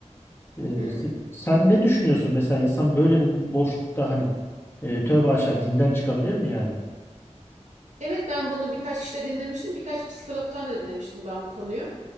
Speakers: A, on the left; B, on the right.
A: Ee,
B: Hmm.
A: s- sen ne düşünüyorsun mesela insan böyle bir boşlukta hani e, tövbe aşağı dinden çıkabilir mi yani?
B: Evet ben bunu birkaç kişide dinlemiştim. Birkaç psikologtan da dinlemiştim ben bu konuyu.